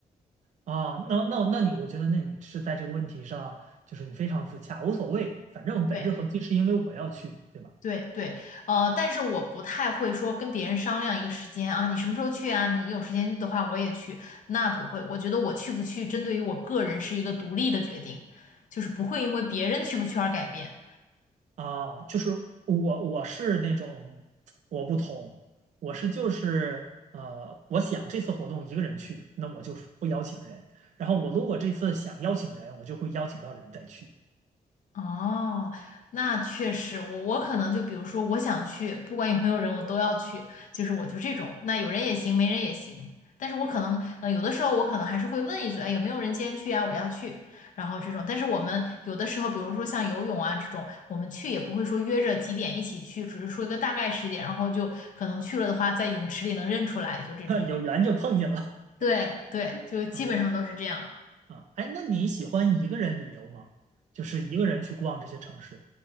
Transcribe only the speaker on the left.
对。
对对，呃，但是我不太会说跟别人商量一个时间啊，你什么时候去啊？你有时间的话我也去，那不会。我觉得我去不去，针对于我个人是一个独立的决定，就是不会因为别人去不去而改变。
哦，那确实，我我可能就比如说，我想去，不管有没有人，我都要去，就是我就这种，那有人也行，没人也行。但是我可能，呃，有的时候我可能还是会问一嘴，哎，有没有人今天去啊？我要去，然后这种。但是我们有的时候，比如说像游泳啊这种，我们去也不会说约着几点一起去，只是说一个大概时间，然后就可能去了的话，在泳池里能认出来，就这种。
对对，
就基本上都是这样。